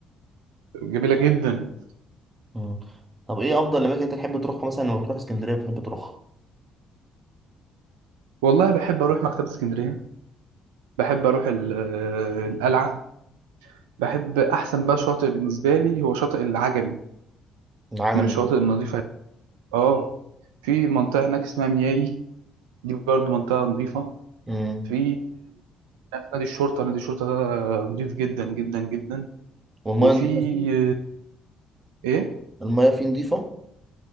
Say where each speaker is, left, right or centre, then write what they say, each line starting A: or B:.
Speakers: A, on the right; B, on the right.
A: جميله جدا
B: مم. طب ايه أفضل الأماكن أنت تحب تروحها مثلا لما بتروح اسكندرية بتحب تروحها؟
A: والله بحب اروح مكتبه اسكندريه بحب اروح ال- آه، القلعه بحب احسن بقى شاطئ بالنسبه لي هو شاطئ العجمي
B: العجمي
A: من الشواطئ النظيفه اه في منطقه هناك اسمها مياي دي برضو منطقه نظيفه
B: مم.
A: في آه، نادي الشرطه نادي الشرطه ده نظيف جدا جدا جدا
B: والمية
A: وفي
B: نضيفة فيه؟
A: آه، ايه
B: المية فيه نضيفة؟